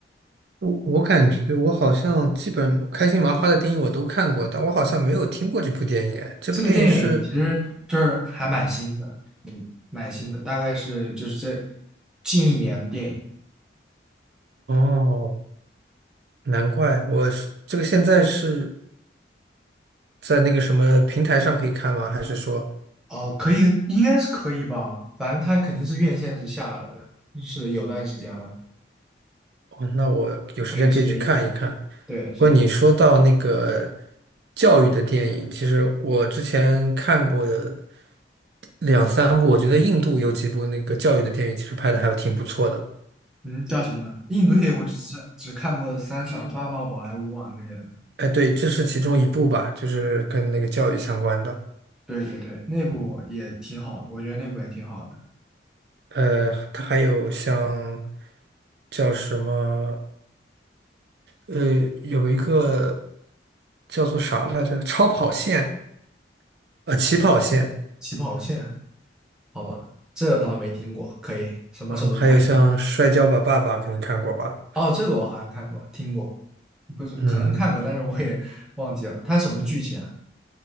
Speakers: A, on the right (about 60°); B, in the centre.
A: 我我感觉我好像基本开心麻花的电影我都看过，但我好像没有听过这部电影。这部电影是
B: 这个电影其实就是还蛮新的，嗯，蛮新的，大概是就是这近一年的电影
A: 哦，难怪我是这个现在是在那个什么平台上可以看吗？还是说，
B: 哦，可以，应该是可以吧，反正它肯定是院线是下了的，就是有段时间了，
A: 哦，那我有时间可以去看一看。
B: 可以值得一看。对，所以，
A: 不过你说到那个教育的电影，其实我之前看过的两三部，我觉得印度有几部那个教育的电影，其实拍的还挺不错的。
B: 嗯，叫什么呢？印度电影我只是只看过《三傻大闹宝莱坞》啊那个，
A: 哎，对，这是其中一部吧，就是跟那个教育相关的。
B: 对对对，那部也挺好的，我觉得那部也挺好的，
A: 呃，它还有像叫什么？呃，有一个叫做啥来着？超跑线，呃，起跑线，
B: 《起跑线》好吧，这倒没听过，可以什么时候看一下？
A: 啊，还有像《摔跤吧，爸爸》，肯定看过吧？
B: 哦，这个我好像看过，听过，不是，
A: 嗯，
B: 可能看过，但是我也忘记了，它什么剧情啊？